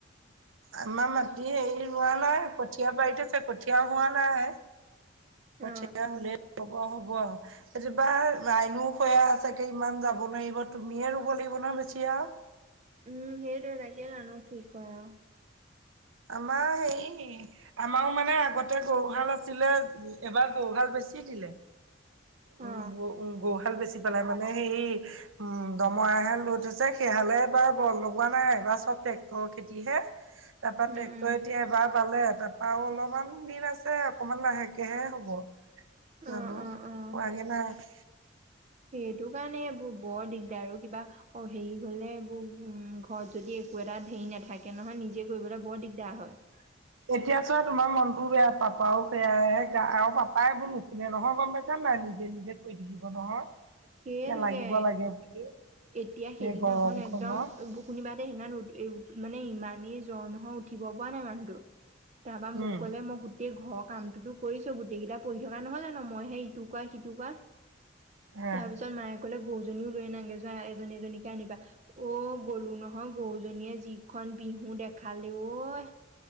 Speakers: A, on the right (about 80°); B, on the right (about 35°).
A: আমা মাত এ হেৰি ৰোৱা নাই কঠীয়া বাৰীত আছে কঠীয়া হোৱা নাই। কঠীয়া
B: অ
A: হলে কব হ'ব আও। এতিয়াবা ৰাইনো খয়া চাগে ইমান যাব নোৱাৰিব তুমিয়ে ৰুব লাগিব ন বেছি আও
B: উম হেইটোৱে <unintelligible> না ন কি কয় আও।
A: আমাৰ হে আমাৰো মানে আগতে গৰুহাল আছে এবাৰ গৰুহাল বেছি দিলে উ
B: অ
A: উ গৰুহাল বেছি পেলাই মানে সেই উম দমৰাহাল লৈ থছে সে হালেবাৰ বল লগোৱা নাই এইবাৰ চব ঘৰৰ খেতি হে তাৰপা
B: উম
A: ট্ৰেক্টৰ
B: উম
A: এতিয়া এবাৰ বালে তাৰপৰাও অলপমান দিন আছে। অকমান লাহেকেহে হ'ব
B: অ
A: জানো
B: অ
A: পোৱাগে
B: অ
A: নাই।
B: সেইটো কাৰণে বৰ দিগদাৰ আৰু কিবা অঁ হেৰি হ'লে এইবোৰ ঘৰত যদি একো এটা হেৰি নাথাকে নহয় নিজে কৰিবলৈ বৰ দিগদাৰ হয়। <inaudible>
A: এতিয়া চোৱা তোমাৰ মনটো <unintelligible> বেয়া পাপাও সেয়াইো আৰু পাপাইবোৰ নুশুনে নহয় গম পাইচা নাই? তাই নিজে নিজে কৈ থাকিব নহয়।
B: সেইয়েতোকে
A: যে লাগিব লাগে বুলি
B: এতিয়া সেইদিনাখন
A: এই গৰমখনত
B: একদম কোনোবা সিদিনা উ এ মানে ইমানেই জ্বৰ নহয় উঠিব পৰা নাই মানুহটো। তাপা মোক
A: উম
B: কলে মই গোটেই ঘৰ কামটোতো কৰিছো গোটেই কেইটা পঢ়ি থকা নহয় জানো মই হে ইটো কোৱা সিটো কোৱাত কাম
A: হা
B: তাৰ পিছত মায়ে কলে গৰুজনীও লৈ আনাগে যোৱা এজনী জনীকে আনিবা। অ গলো নহয় গৰুজনীয়ে যিখন বিহু দেখালে ঐ।